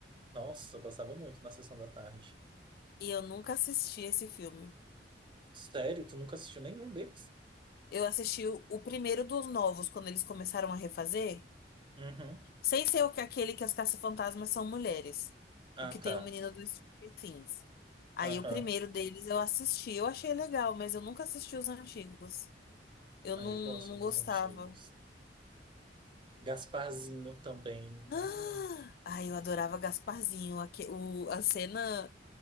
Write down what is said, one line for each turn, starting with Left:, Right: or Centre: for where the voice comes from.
Right: nossa, passava muito na Sessão da Tarde.
Left: E eu nunca assisti esse filme.
Right: Sério? Tu nunca assistiu nenhum deles?
Left: Eu assisti o, o primeiro dos novos, quando eles começaram a refazer.
Right: Uhum.
Left: Sem ser o que aquele que as caça-fantasmas são mulheres.
Right: Ah,
Left: O que tem
Right: tá.
Left: o menino do Stranger Things. Aí
Right: Aham.
Left: o primeiro deles eu assisti. Eu achei legal, mas eu nunca assisti os antigos. Eu
Right: Ah,
Left: não,
Right: eu gosto
Left: não
Right: dos
Left: gostava.
Right: antigos.
Left: <gasps>
Right: Gasparzinho também. Ai.
Left: Ah! Ai, eu adorava Gasparzinho. Aque- o, a cena,